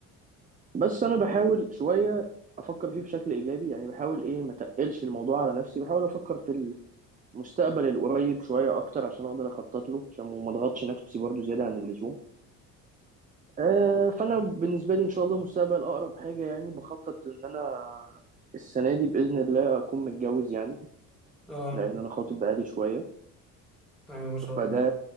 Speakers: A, on the right; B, in the centre.
A: بس أنا بحاول شوية أفكر فيه بشكل إيجابي يعني بحاول إيه ما تقلش الموضوع على نفسي بحاول أفكر في المستقبل القريب شوية أكتر عشان أقدر أخطط له عشان ما أضغطش نفسي برضو زيادة عن اللزوم آه فأنا بالنسبة لي إن شاء الله مستقبل أقرب حاجة يعني بخطط إن أنا السنة دي بإذن الله أكون متجوز يعني
B: اه
A: لأن أنا خاطب بقالي شوية
B: ايوه ما شاء
A: فده
B: الله